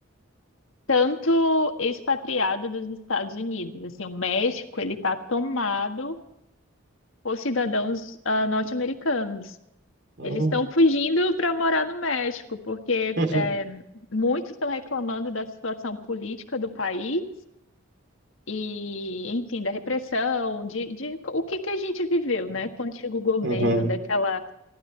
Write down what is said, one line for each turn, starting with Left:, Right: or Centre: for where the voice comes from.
Left: tanto expatriado dos Estados Unidos. Assim, o México, ele tá tomado por cidadãos ah, norte-americanos.
Right: Hum.
Left: Eles estão fugindo para morar no México, porque
Right: <laughs>
Left: é, muitos estão reclamando da situação política do país e, enfim, da repressão, de, de o que que a gente viveu, né, com o antigo governo,
Right: Uhum.
Left: daquela,